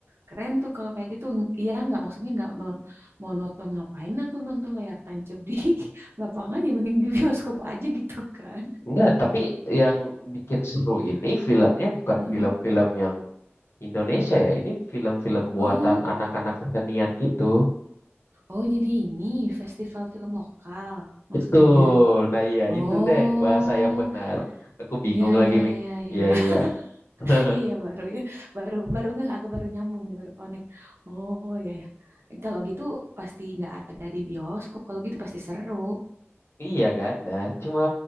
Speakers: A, on the right; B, on the left.
A: keren tuh kalau kayak gitu. Iya nggak maksudnya nggak non- mau nonton ngapain? Aku nonton layar tancap di <laughs> lapangan ya mending di bioskop aja gitu kan.
B: Enggak, tapi yang bikin seru ini filmnya bukan
A: Mm-mm.
B: film-film yang Indonesia ya, ini film-film buatan
A: Oh,
B: anak-anak kesenian gitu.
A: Oh, jadi ini festival film lokal maksudnya.
B: Betul. Nah, iya
A: Oh,
B: itu deng bahasa yang benar. Aku bingung
A: iya
B: lagi
A: iya
B: mik.
A: iya iya iya.
B: Iya,
A: <laughs>
B: iya. <laughs>
A: Iya iya baru ya. Baru baru nggak aku baru nyambung nih, baru connect. Oh, iya ya. Kalau gitu pasti nggak ada di bioskop. Kalau gitu pasti seru.
B: Iya, nggak ada. Cuma